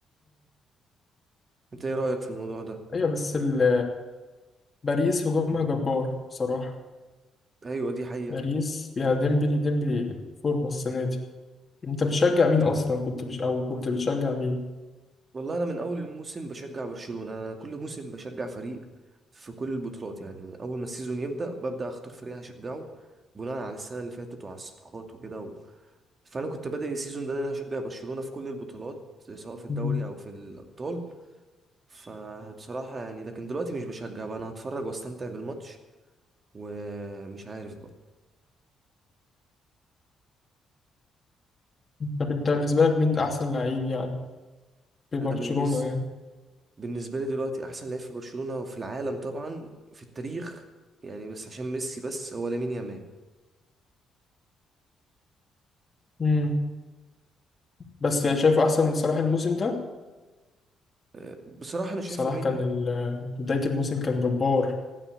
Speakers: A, on the right (about 35°); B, on the left (about 30°).
A: انت ايه رأيك في الموضوع ده
B: ايوه بس ال- باريس هجومها جبار بصراحة
A: ايوه دي حقيقة
B: باريس فيها ديمبلي ديمبلي فورمة السنة دي انت بتشجع مين اصلا كنت بش... او كنت بتشجع مين
A: والله انا من اول الموسم بشجع برشلونة انا كل موسم بشجع فريق في كل البطولات يعني من اول ما السيزون يبدأ ببدأ اختار فريق هشجعه بناء على السنة اللي فاتت وعلى الصفقات وكده و... فانا كنت بادئ السيزون ده ان انا هشجع برشلونة في كل البطولات سواء في الدوري
B: مم.
A: او في الابطال فبصراحة يعني لكن دلوقتي مش بشجع بقى انا هتفرج واستمتع بالماتش ومش عارف بقى
B: طب انت بالنسبة لك مين احسن لعيب يعني في
A: انا
B: برشلونة
A: بالنسبة
B: يعني
A: بالنسبة لي دلوقتي احسن لعيب في برشلونة في العالم طبعا في التاريخ يعني بس عشان ميسي بس هو لامين يامال
B: مم. بس يعني شايف احسن من صلاح الموسم ده
A: أه، بصراحة انا شايف
B: صلاح
A: لامين
B: كان ال... بداية الموسم كان جبار